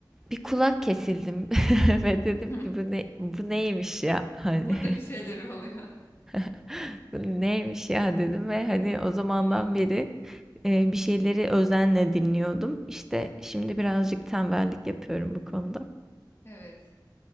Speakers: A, in the centre; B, on the left (about 30°).
A: bir kulak kesildim <laughs> ve dedim
B: <laughs>
A: ki bu ne bu neymiş ya <laughs> hani.
B: Burada bir şeyleri oluyor.
A: <laughs> Bu neymiş ya dedim ve hani o zamandan
B: <laughs> Evet.
A: beri e, bir şeyleri özenle dinliyordum. İşte şimdi birazcık tembellik yapıyorum bu konuda.
B: Evet.